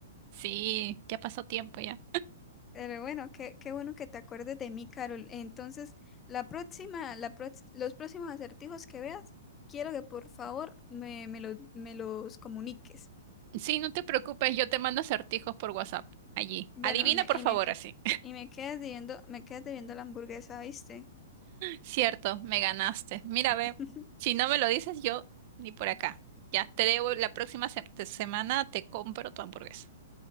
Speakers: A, on the right (about 45°); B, on the left (about 20°).
A: Sí, ya pasó tiempo ya.
B: Pero bueno, qué, qué bueno que te acuerdes de mí, Carol. Entonces, la próxima, la prox- los próximos acertijos que veas, quiero que por favor me, me, lo- me los comuniques.
A: Sí, no te preocupes, yo te mando acertijos por WhatsApp allí.
B: Bueno,
A: Adivina
B: me-
A: por
B: y
A: favor
B: me,
A: así.
B: y me quedas debiendo, me quedas debiendo la hamburguesa, ¿viste?
A: Cierto, me ganaste. Mira, ve,
B: <laughs>
A: si no me lo dices, yo ni por acá. Ya, te debo, la próxima se- te- semana te compro tu hamburguesa.